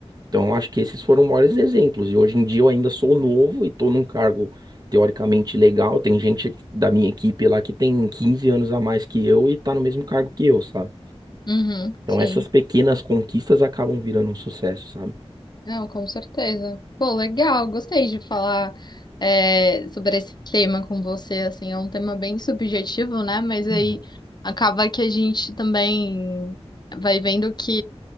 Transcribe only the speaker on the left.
Uhum,
sim.
Não, com certeza. Pô, legal, gostei de falar é, sobre esse tema com você, assim, é um tema bem subjetivo, né? Mas aí
acaba que a gente também vai vendo que